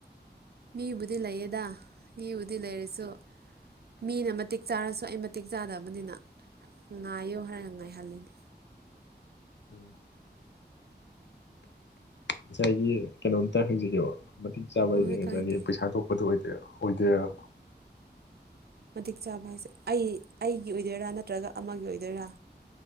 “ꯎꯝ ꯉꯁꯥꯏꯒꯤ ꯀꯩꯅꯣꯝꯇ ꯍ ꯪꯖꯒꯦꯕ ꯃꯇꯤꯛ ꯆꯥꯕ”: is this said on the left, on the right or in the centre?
Left